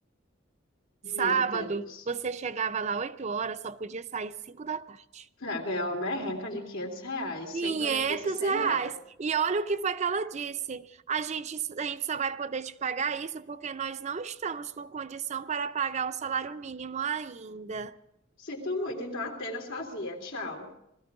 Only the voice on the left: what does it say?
Meu Deus.
Pra ganhar uma merreca de 500 reais,
sem benefício, sem
nada.
Sinto muito, então atenda sozinha. Tchau.